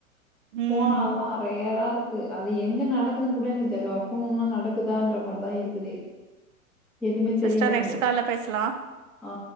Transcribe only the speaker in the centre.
போனாதா ரேர்ரா இரு க்கு அது எங்க நடக்குதுன்னு கூட எனக்கு தெர்ல ஒர்க் ஃப்ரம் ஹோம்லா நடக்குதான்ற மாரிதா இருக்குதே எதுமே தெரியமாட்டேங்குது
அ